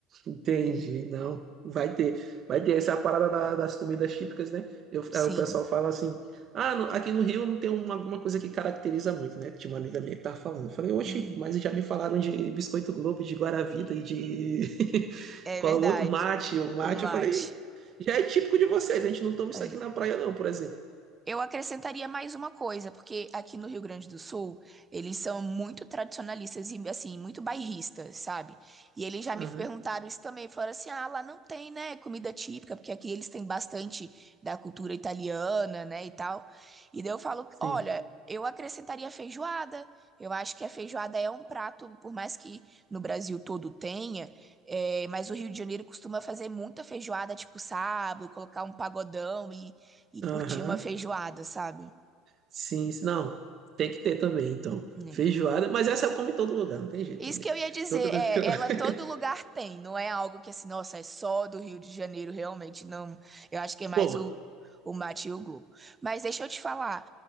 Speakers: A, on the right; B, on the right.
A: Entendi, não. Vai ter, vai ter essa parada da- das comidas típicas, né? Eu,
B: Sim.
A: aí o pessoal fala assim: ah, no- aqui no Rio não tem uma, alguma coisa que caracteriza muito, né? Tinha uma amiga minha que tava falando. Eu falei, oxe,
B: Uhum.
A: mas já me falaram de biscoito Globo, de Guaravita e de. <laughs>
B: É
A: Qual
B: verdade.
A: o outro? Mate, o mate.
B: O mate.
A: Eu falei, já é típico de vocês, a gente não toma isso
B: É.
A: aqui na praia, não, por exemplo.
B: Eu acrescentaria mais uma coisa, porque aqui no Rio Grande do Sul, eles são muito tradicionalistas e, assim, muito bairristas, sabe? E eles já me
A: Aham,
B: perguntaram isso também, falaram assim, ah, lá não tem, né, comida típica, porque aqui eles têm bastante da cultura italiana, né, e tal. E daí eu falo,
A: sim.
B: olha, eu acrescentaria feijoada, eu acho que a feijoada é um prato, por mais que no Brasil todo tenha, é, mas o Rio de Janeiro costuma fazer muita feijoada, tipo sábado, colocar um pagodão e e curtir
A: Aham,
B: uma feijoada, sabe?
A: sim, sim. Não, tem que ter também, então.
B: Né?
A: Feijoada, mas essa eu como em todo lugar, não tem jeito
B: Isso
A: também.
B: que eu ia dizer,
A: Todo...
B: é,
A: <laughs>
B: ela todo lugar tem, não é algo que assim, nossa, é só do Rio de Janeiro, realmente, não. Eu acho que é mais
A: Pô, ma-
B: o, o mate e o globo. Mas deixa eu te falar,